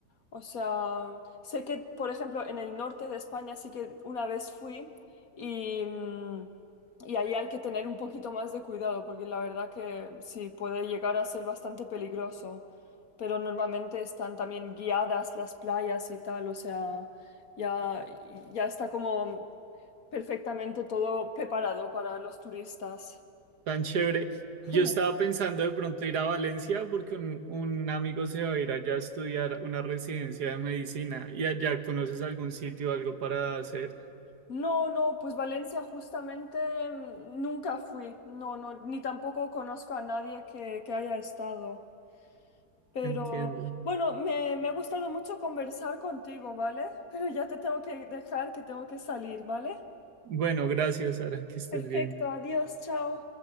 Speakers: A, on the left; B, on the right.
A: O sea, sé que, por ejemplo, en el norte de España sí que una vez fui y, mm, y ahí hay que tener un poquito más de cuidado porque la verdad que sí puede llegar a ser bastante peligroso. Pero normalmente están también guiadas las playas y tal. O sea, ya, ya está como perfectamente todo preparado para los turistas.
B: tan chévere. Yo
A: <laughs>
B: estaba pensando de pronto ir a Valencia porque un, un amigo se va a ir allá a estudiar una residencia de medicina y allá conoces algún sitio, algo para hacer.
A: No, no, pues Valencia justamente mm, nunca fui, no, no, ni tampoco conozco a nadie que, que haya estado. Pero
B: Entiendo.
A: bueno, me, me ha gustado mucho conversar contigo, ¿vale? Pero ya te tengo que dejar, que tengo que salir, ¿vale?
B: Bueno, gracias, Sara, que estés
A: Perfecto,
B: bien.
A: adiós, chao.